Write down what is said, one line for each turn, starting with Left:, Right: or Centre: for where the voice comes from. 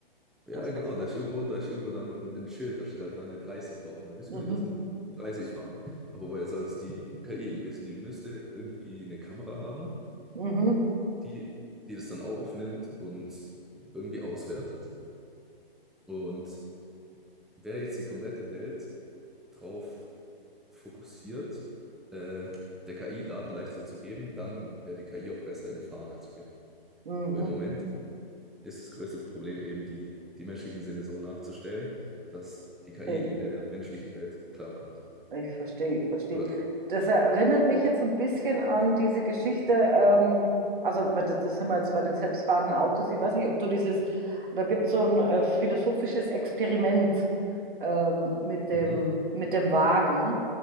Centre: Ja,
Right: dass das.
Centre: genau, da ist irgendwo, da ist irgendwo dann ein, ein Schild, da steht halt dann eine 30 drauf. Und dann wissen
Right: Mhm,
Centre: wir, wir dürfen 30 fahren. Aber woher soll es die KI eben wissen? Die müsste irgendwie eine Kamera haben,
Right: mhm,
Centre: die, die das dann aufnimmt und irgendwie auswertet. Und wäre jetzt die komplette Welt drauf fokussiert, äh, der KI Daten leichter zu geben, dann wäre die KI auch besser im Fahren als wir.
Right: mhm.
Centre: Aber im Moment ist das größte Problem eben, die, die menschlichen Sinne so nachzustellen, dass die KI
Right: Ich,
Centre: in der menschlichen Welt klarkommt.
Right: ich verstehe, ich verstehe.
Centre: Oder,
Right: Das erinnert mich jetzt ein bisschen an diese Geschichte, ähm, also bei- das das sind wir jetzt bei den selbstfahrenden Autos. Ich weiß nicht, ob du dieses, da gibt es so ein äh, philosophisches Experiment ähm, mit dem,
Centre: mhm,
Right: mit dem Wagen.